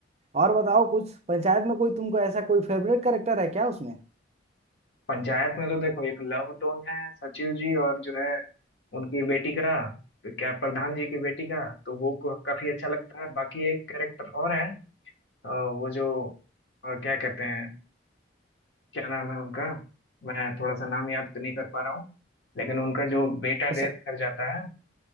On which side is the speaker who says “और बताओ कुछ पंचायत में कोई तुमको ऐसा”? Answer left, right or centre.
Right